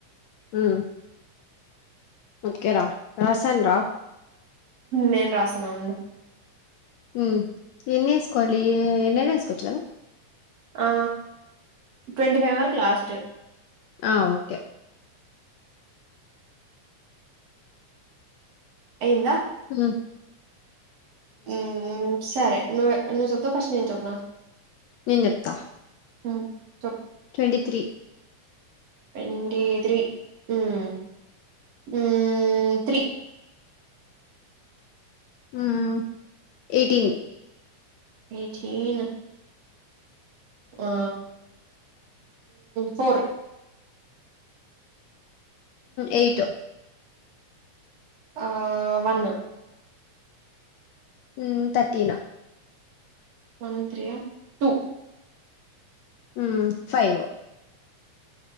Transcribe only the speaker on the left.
ఆ ఓకేరా రాసన్ రా
హ్మ్ ఎన్ని ఎస్కోవాలి ఎన్నన్న ఎస్కోచ్చు కదా
ఆ ఓకే
హ్మ్
నేను చెప్తా
ట్వంటి త్రీ
ఉమ్ ఎయ్టీన్
ఏయిట్
ఉమ్ థర్టీన్
హ్మ్ ఫైవ్